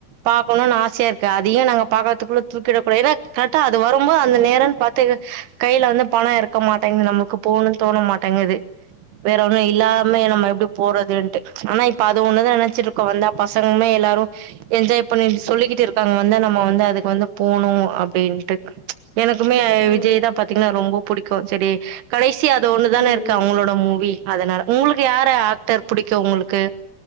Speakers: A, on the right; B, on the left.
A: பாக்கணுன் ஆசையாருக்கு அதையு நாங்க பாக்கற்த்துக்குள்ள தூக்கிட கூடாத் ஏனா கரெட்டா அது வரும்போ அந்த நேரோன் பாத் துக கைல வந்து பணோ இருக்க மாட்டேங்கிது நமக்கு போணுன் தோண மாட்டேங்கிது வேற ஒன்னு இல்லாம நம்ம எப்டி போறதுன்ட்டு ஆனா இப்ப அது ஒன்னு தா நெனச்சிருக்கோ வந்தா பசங்மே எல்லாரு என்ஜாய் பண்ணீட் சொல்லிக்கிட்டுருக்காங்க வந்து நம்ம வந்து அதுக்கு வந்து போணு அப்டின்ட்டு எனக்குமே அ
B: ம்
A: விஜய்
B: ம்
A: தா பாத்தீங்னா ரொம்போ புடிக்கு செரி கடைசியா அது ஒன்னு தான
B: ம்
A: இருக்கு அவுங்களோட மூவி அதனால உங்களுக்கு யார ஆக்டர் புடிக்கு உங்களுக்கு